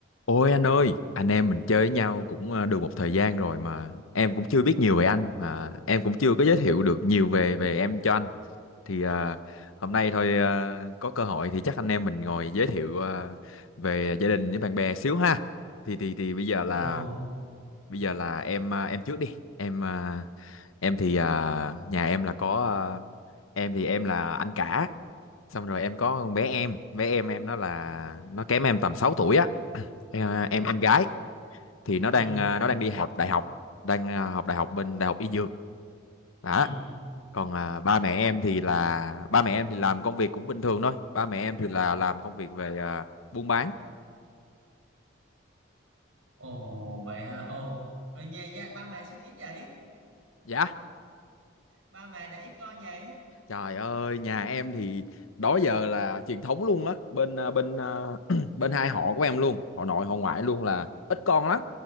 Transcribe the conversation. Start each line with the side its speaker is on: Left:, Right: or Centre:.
Left: Ôi anh ơi, anh em mình chơi với nhau cũng ờ, được một thời gian rồi mà em cũng chưa biết nhiều về anh mà em cũng chưa có giới thiệu được nhiều về về em cho anh. Thì ờ, hôm nay thôi ờ, có cơ hội thì chắc anh em mình ngồi giới thiệu ờ, về gia đình với bạn bè xíu ha. Thì thì thì bây giờ là
Right: Ồ,
Left: bây giờ là em ờ, em trước đi. Em ờ, em thì ờ, nhà em là có ờ, em thì em là anh cả. Xong rồi em có con bé em, bé em em nó là nó kém em tầm 6 tuổi á. Em ờ, em em gái thì nó đang
Right: ừ,
Left: à, nó đang đi học đại học đang à, học đại học bên đại học y dược đó
Right: ừ,
Left: còn à, ba mẹ em thì là ba mẹ em thì làm công việc cũng bình thường thôi ba mẹ em thì là làm công việc về à, buôn bán
Right: ồ vậy ha, ồ. Rồi nhà gia, ba mẹ sinh ít vậy?
Left: dạ
Right: Ba mẹ để ít con vậy?
Left: Trời ơi, nhà em thì đó giờ là truyền thống luôn á, bên à, bên à, <clears throat> bên hai họ của em luôn, họ nội họ ngoại luôn là ít con lắm.